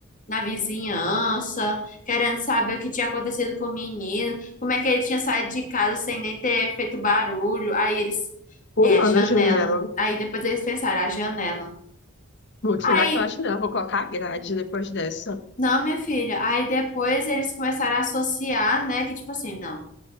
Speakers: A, on the left; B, on the left.
A: na vizinhança, querendo saber o que tinha acontecido com o menino, como é que ele tinha saído de casa sem nem ter feito barulho. Aí eles
B: Pulando
A: é a janela.
B: a janela.
A: Aí depois eles pensaram, a janela.
B: Vou tirar
A: Aí,
B: aquela janela, vou colocar a grade depois dessa.
A: não, minha filha. Aí depois eles começaram a associar, né? Que tipo assim, não.